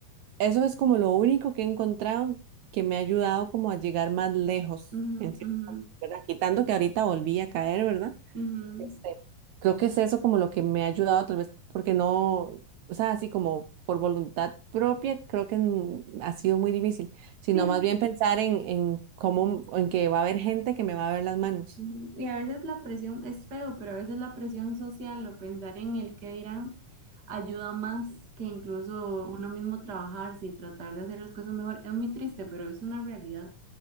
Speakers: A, on the right (about 75°); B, on the right (about 35°).
A: eso es como lo único que he encontrado que me ha ayudado como a llegar más lejos,
B: ujú,
A: en cierto,
B: ujú,
A: punto, ¿verdad? Quitando que ahorita volví a caer, ¿verdad?
B: ujú.
A: Este, creo que es eso como lo que me ha ayudado, tal vez, porque no, o sea, así como por voluntad propia, creo que n- ha sido muy difícil, sino
B: Sí, no,
A: más bien pensar en, en cómo, en que va a haber gente que me va a ver las manos.
B: ujú. Y a veces la presión es feo, pero a veces la presión social o pensar en el que dirán ayuda más que incluso uno mismo trabajarse y tratar de hacer las cosas mejor. Es muy triste, pero es una realidad.